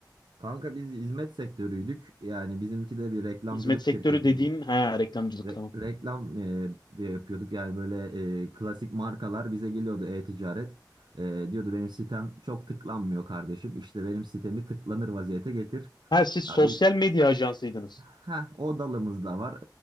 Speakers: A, on the right; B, on the left.
A: Kanka biz hizmet sektörüydük. Yani bizimki de bir reklamcılık
B: Hizmet
A: şirketi
B: sektörü dediğin ha reklamcılık
A: Re-
B: tamam.
A: reklam e, yapıyorduk yani böyle e, klasik markalar bize geliyordu e-ticaret. E, diyordu benim sitem çok tıklanmıyor kardeşim. İşte benim sitemi tıklanır vaziyete getir.
B: Ha siz sosyal
A: Ya biz
B: medya ajansıydınız.
A: ha o dalımız da var.